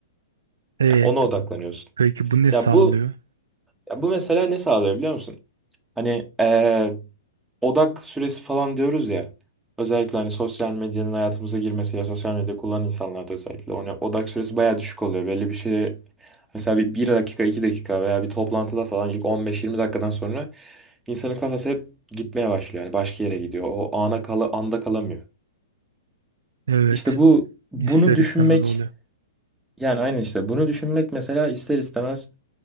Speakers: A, on the right; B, in the centre.
A: E
B: Yani ona odaklanıyorsun.
A: peki bu ne sağlıyor?
B: Ya bu ya bu mesela ne sağlıyor biliyor musun? Hani eee, odak süresi falan diyoruz ya. Özellikle hani sosyal medyanın hayatımıza girmesiyle sosyal medya kullanan insanlarda özellikle ona odak süresi bayağı düşük oluyor. Belli bir şeye mesela bir, bir dakika 2 dakika veya bir toplantıda falan ilk 15-20 dakikadan sonra insanın kafası hep gitmeye başlıyor. Yani başka yere gidiyor. O ana kala, anda kalamıyor.
A: Evet
B: İşte bu bunu
A: ister
B: düşünmek
A: istemez oluyor.
B: yani aynı işte bunu düşünmek mesela ister istemez